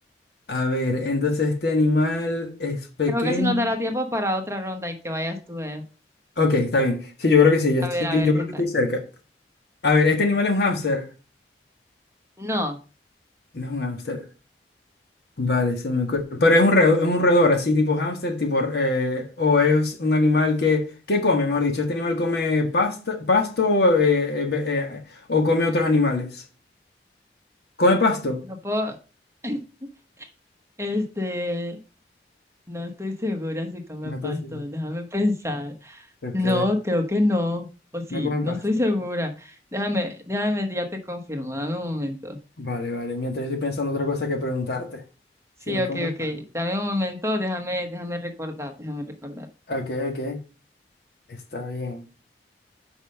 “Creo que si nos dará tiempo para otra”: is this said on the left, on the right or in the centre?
Right